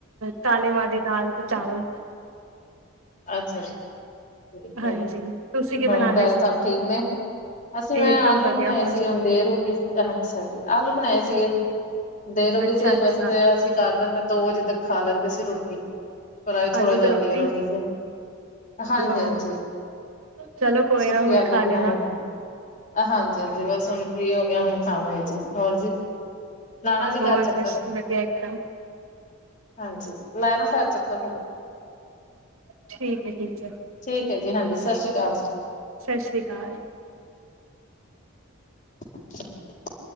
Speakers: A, on the right; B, on the left.
A: ਕਾਲੇ ਮਾਂ ਦੀ ਦਾਲ, ਤੇ ਚਾਵਲ
B: ਅੱਛਾ ਜੀ ਠੀਕ
A: ਹਾਂਜੀ
B: ਹੈ ਜੀ,
A: ਤੁਸੀਂ ਕੀ
B: ਹੋਰ
A: ਬਣਾ ਰਹੇ
B: ਘਰ
A: ਸੀ
B: ਸਭ ਠੀਕ ਨੇ ਅਸੀਂ ਮੈਂ
A: ਇਕਦਮ
B: ਆਲੂ
A: ਵਧੀਆ
B: ਬਣਾਏ
A: ਫਸਟ
B: ਸੀਗੇ, ਹੁਨ ਦੇਰ ਹੋਗੀ ਸੀ, ਅੱਛਾ ਜੀ ਆਲੂ ਬਣਾਏ ਸੀਗੇ ਦੇਰ ਰੋਗੀ
A: ਅੱਛਾ
B: ਸੀ ਅੱਜ,
A: ਅੱਛਾ
B: ਵੈਸੇ ਤੇ ਅਸੀਂ ਘਾਰ ਦੇ ਅੰਦਰ, ਦੋ ਵਜੇ ਤੱਕ ਖਾ ਲੈਂਦੇ ਸੀ ਰੋਟੀ ਪਰ ਆਜ ਥੋੜਾ
A: ਆਲੂ
B: ਜਿਹਾ
A: ਤੇ ਰੋਟੀ
B: ਦੇਰ ਹੋ ਗਈ ਸੀ ਹਾਂਜੀ
A: ਉਹ
B: ਹਾਂਜੀ,
A: ਚਲੋ ਕੋਈ
B: ਸੁੱਕੇ
A: ਨਾ ਹੁਣ
B: ਆਲੂ
A: ਖਾ
B: ਬਣਾਏ
A: ਲੈਣਾ
B: ਸੀ ਹਾਂਜੀ ਹਾਂਜੀ ਬਸ ਹੁਣ ਫ੍ਰੀ ਹੋ ਗਏ ਆਂ, ਹੁਣ ਥਾਂਵਾਗੇ ਜੀ ਹੋਰ ਜੀ ਲਾਣਾ ਜੀ
A: ਹੋਰ
B: ਘਰ ਚੱਕਰ।
A: ਬਸ ਵਧੀਆ ਇੱਕਦਮ
B: ਹਾਂਜੀ, ਮੈਂ ਨਾ ਘਰ ਚੱਕਰ, ਸਾਡੇ
A: ਠੀਕ ਹੈ ਠੀਕ ਹੈ
B: ਠੀਕ ਹੈ ਜੀ, ਹਾਂਜੀ ਸਤਿ ਸ਼੍ਰੀ ਅਕਾਲ ਜੀ
A: ਸਤਿ ਸ਼੍ਰੀ ਅਕਾਲ
B: <inaudible>